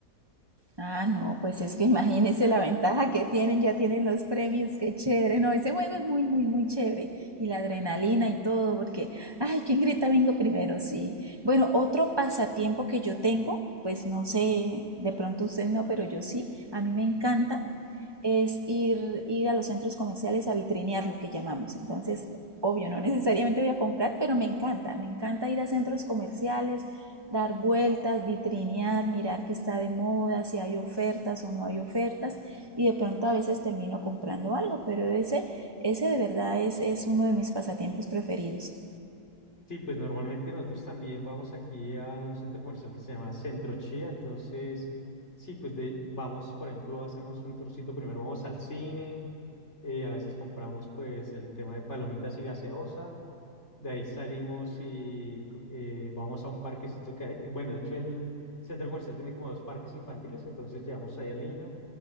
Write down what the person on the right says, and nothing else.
Ah, no, pues es que <laughs> imagínense la ventaja que tienen, ya tienen los premios, qué chévere. No, ese juego es muy, muy, muy chévere. Y la adrenalina y todo, porque, ay, ¿quién grita bingo primero? Sí. Bueno, otro pasatiempo que yo tengo, pues no sé, de pronto usted no, pero yo sí, a mí me encanta es ir, ir a los centros comerciales a vitrinear lo que llamamos. Entonces, obvio, no necesariamente voy a comprar, pero me encanta, me encanta ir a centros comerciales, dar vueltas, vitrinear, mirar qué está de moda, si hay ofertas o no hay ofertas, y de pronto a veces termino comprando algo, pero ese, ese de verdad es, es uno de mis pasatiempos preferidos.